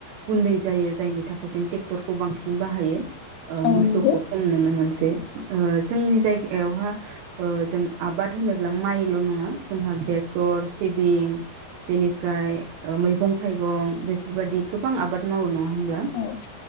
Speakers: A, on the right (about 75°); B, on the left (about 80°).
A: गुन्दै जायो जायनि थाखाय जों ट्रेक्टरखौ बांसिन बाहायो ओ
B: औ
A: मोसौखौ
B: नंगौ
A: खम नुनो मोनसै जोंनि जायगायावहा ओ जों आबाद होनोब्ला माइल' नङा जोंहा बेसर सिबिं बेनिफ्राय मैगं-थाइगं बेफोरबायाददि गोबां आबाद मावो नङा होमब्ला
B: औ